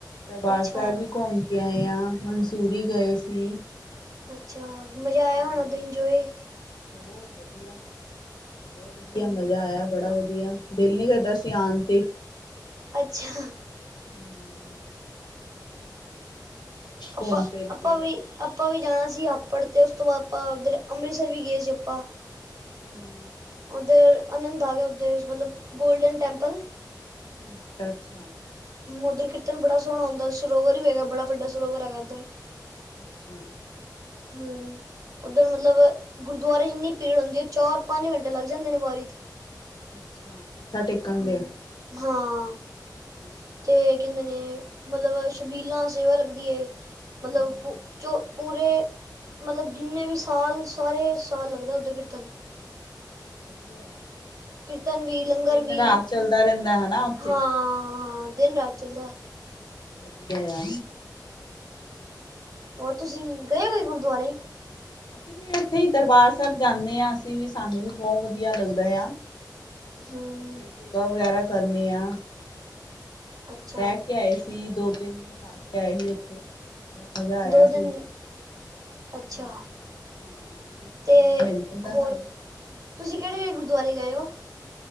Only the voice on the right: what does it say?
ਅੱਛਾ
ਅੱਛਾ, ਮਜ਼ਾ ਆਇਆ
ਹੋਣਾ ਤਹੀ ਇੰਜੋਏ
ਹੂੰ
ਅੱਛਾ
ਆਪਾਂ,
ਆਪਾਂ
ਵੀ ਆਪਾਂ ਵੀ ਜਾਣਾ ਸੀ ਆਪੜ ਅਤੇ ਉਸ ਤੋਂ ਬਾਅਦ ਆਪਾਂ ਉੱਧਰ ਅੰਮ੍ਰਿਤਸਰ ਵੀ ਗਏ ਸੀ ਆਪਾਂ
ਉੱਧਰ ਅਨੰਦਬਾਗ ਉਧਰ ਮਤਲਬ ਗੋਲਡਨ ਟੈਂਪਲ
ਉਧਰ ਕੀਰਤਨ ਬੜਾ ਸੋਹਣਾ ਹੁੰਦਾ, ਸਰੋਵਰ ਵੀ ਹੈਗਾ ਬੜਾ ਵੱਡਾ ਸਰੋਵਰ ਹੈਗਾ ਇੱਧਰ
ਹਮ ਉੱਧਰ ਮਤਲਬ ਗੁਰਦੁਆਰੇ ਚ ਇੰਨੀ ਭੀੜ ਹੁੰਦੀ ਐ, ਚਾਰ- ਪੰਜ ਘੰਟੇ ਲੱਗ ਜਾਂਦੇ ਨੇ ਵਾਰੀ ਚੇ
ਹਮ,
ਹਾਂ,
ਤੇ
ਕਹਦੇ ਨੇ ਮਤਲਬ ਸ਼ਬੀਲਾਂ ਸੇਵਾ ਲੱਗਦੀ ਐ ਮਤਲਬ
ਚ ਪੂਰੇ ਮਤਲਬ ਜਿੰਨੇ ਵੀ ਸਾਲ ਸਾਰੇ ਸਾਲ ਲੱਗਦਾ ਉੱਧਰ ਕੀਰਤਨ
ਕੀਰਤਨ ਵੀ ਲੰਗਰ
ਵੀ,
ਹਾਂ ਦਿਨ -ਰਾਤ ਚੱਲਦਾ <inaudible>
ਹੋਰ ਤੁਸੀਂ ਗਏ ਕੋਈ ਗੁਰਦੁਆਰੇ
ਹਮ
ਅੱਛਾ
ਦੋ
ਦਿਨ
ਅੱਛਾ
ਤੇ
ਹੋਰ
ਤੁਸੀਂ ਕਿਹੜੇ- ਕਿਹੜ ਗੁਰਦੁਆਰੇ ਗਏ ਹੋ